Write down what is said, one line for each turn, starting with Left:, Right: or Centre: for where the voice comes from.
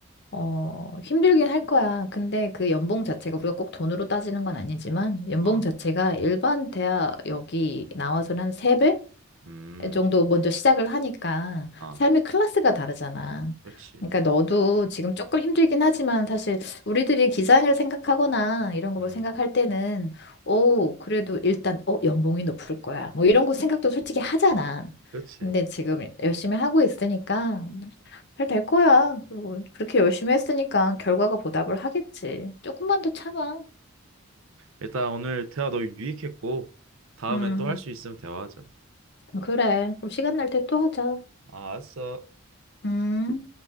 Left: 어, 힘들긴 할 거야. 근데 그 연봉 자체가 우리가 꼭 돈으로 따지는 건 아니지만 연봉
Right: 어,
Left: 자체가 일반 대학 여기 나와서는 한세배
Right: 음,
Left: 정도 먼저 시작을 하니까
Right: 아,
Left: 삶의 클래스가 다르잖아.
Right: 그렇지
Left: 그러니까 너도 지금 조금 힘들긴 하지만 사실 우리들이 기장을 생각하거나 이런 걸
Right: 음,
Left: 생각할 때는 오, 그래도 일단 어, 연봉이 높을 거야. 뭐 이런 거 생각도 솔직히 하잖아.
Right: 그렇지
Left: 근데 지금 열심히 하고 있으니까 잘 될 거야. 그리고 그렇게 열심히 했으니까 결과가 보답을 하겠지. 조금만 더 참아.
Right: 일단 오늘 대화 너무 유익했고 다음에
Left: 음.
Right: 또 할 수 있으면 대화하자.
Left: 그래. 그럼 시간 날 때 또 하자.
Right: 아, 알았어.
Left: 음.